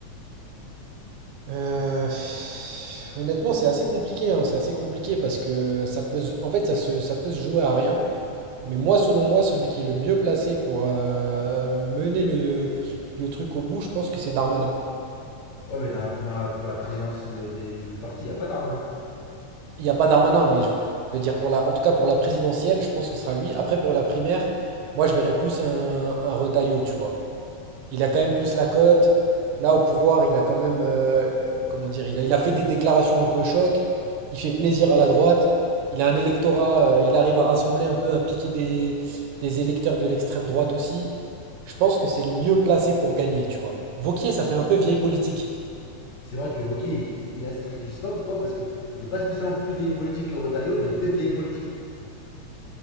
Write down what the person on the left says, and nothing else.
Ouais, mais dans la, dans la- pour la présidence euh, des- du parti, il a pas Darmanin.
Ouais.
C'est vrai que Wauquiez, il, il a, ce qui- je sais pas pourquoi, parce que il est pas spécialement plus vieille politique que Retailleau, mais il fait vieille politique.